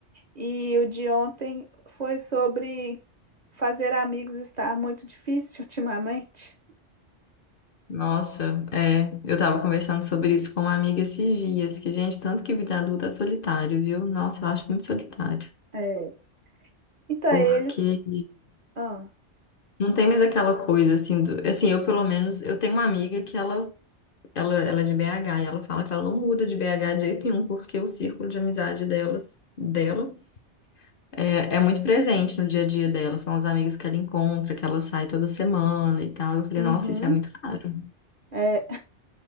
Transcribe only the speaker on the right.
E o de ontem foi sobre fazer amigos estar muito difícil <laughs> ultimamente.
É. Então,
eles. Ah,
uhum.
é,